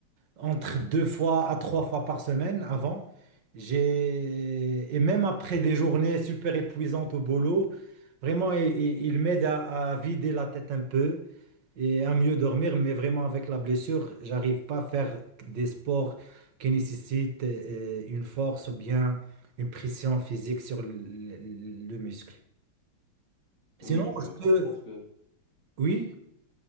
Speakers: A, on the right; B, on the left.
A: entre deux fois à trois fois par semaine avant. J'ai, et même après des journées super épuisantes au boulot, vraiment, il, il- il m'aide à, à vider la tête un peu et à mieux dormir. Mais vraiment, avec la blessure, j'arrive pas à faire des sports qui nécessitent euh, une force ou bien une pression physique sur le, le- le muscle.
B: Oui,
A: Sinon,
B: je
A: je
B: comprends
A: peux...
B: ce que,
A: Oui,